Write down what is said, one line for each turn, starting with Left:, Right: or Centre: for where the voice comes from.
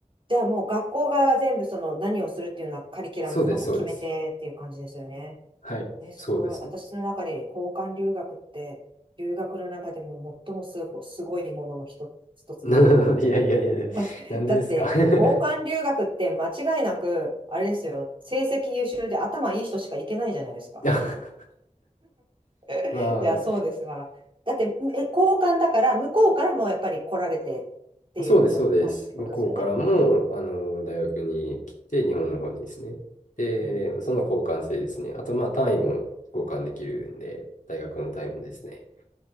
Right: じゃあもう学校側が全部その何をするっていうようなカリキュラムとかも決めてっていう感じですよね。
Left: そうです、そうです。はい、
Right: え、すごい。
Left: そうです
Right: 私の中で交換留学って、留学の中でも最もすご、すごいものの一つ、一つだと思ってて。
Left: ね。<laughs> いやいやいや、
Right: <laughs>
Left: なんでですか
Right: だって、
Left: <laughs>
Right: 交換留学って間違いなく、あれですよ、成績優秀で頭いい人しか行けないじゃないですか、
Left: あ
Right: あんなの。<laughs>
Left: まあ、
Right: いや、そうですから。だって、え、交換だから、向こうからもやっぱり来られてっていうことになるってことですよね。
Left: <laughs> そうです、そうです。向こうからも、あの、大学に来て、日本の方にですね。で、
Right: うん。
Left: その交換生ですね。あと、まあ、単位も交換できるんで、大学の単位もですね。